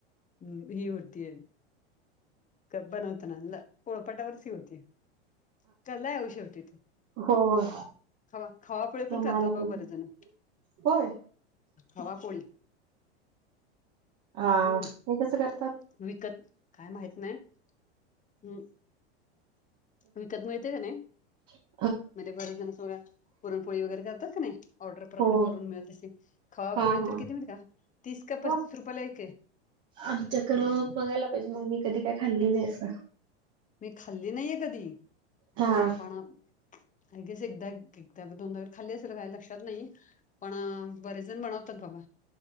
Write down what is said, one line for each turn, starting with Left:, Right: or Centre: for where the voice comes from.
Left: हम् ही होती आहे. बनवत ना पोळपाटावरच होती. कला येव शेवटी तू
Right: होय
Left: खवा खावापोळे पण
Right: जमायला
Left: करतात बाघ
Right: पाहिजे.
Left: बरेच जण.
Right: होय
Left: हवा पोळी
Right: हा
Left: हम्म
Right: ते कसं करतात.
Left: विकत काय माहित नाही. हम्म विकत मिळते का नाही
Right: म्
Left: म्हणजे बरच जण सोगळ्या पुरणपोळी वगैरे करतात क नाही ऑर्डरप्रमाणे
Right: हो
Left: करून मिळेल तसे खावा
Right: हा
Left: पोळील
Right: हा
Left: तर किती माहिती का तीस का
Right: हो
Left: पस्तीस रुपयाला एक
Right: आमच्याकडं बघायला पाहिजे मग आम्ही कधी काय खाल्ली नाही असं
Left: मी खाल्ली नाहीे कधी
Right: हा
Left: आपण हे क अस एकदा त्या दोनदार खाल्ली असेल काय लक्षात नाही पण बरेच जण बनवतात बाबा